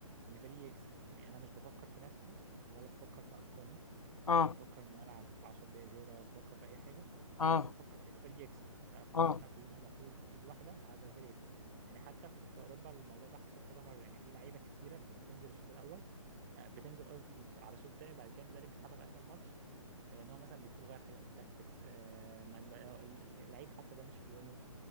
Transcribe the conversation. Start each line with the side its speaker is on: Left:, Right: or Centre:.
Right: ان فريقي يكسب يعني انا مش بفكر في نفسي ولا بفكر في ارقامي
Left: اه
Right: ولا بفكر ان أنا العب 10 دقايق زياده ولا بفكر في اي حاجه
Left: اه
Right: كل اللي بفكر فيه ان فريقي يكسب ف- ف- فاحنا
Left: اه
Right: كلنا المفروض ايد واحده لحد ما الفريق يكسب يعني حتى في اوروبا الموضوع ده حصل كذا مره يعني في لعيبه كتيره ب- بتنزل الشوط الاول آه، بتنزل قصدي في- على الشوط الثاني وبعد كده المدرب بيسحبها في اخر الماتش آه، لان هو مثلا بيكون غير حاجه في التاكتكس آه، ما- ال- اللعيب حتى ده مش في يومه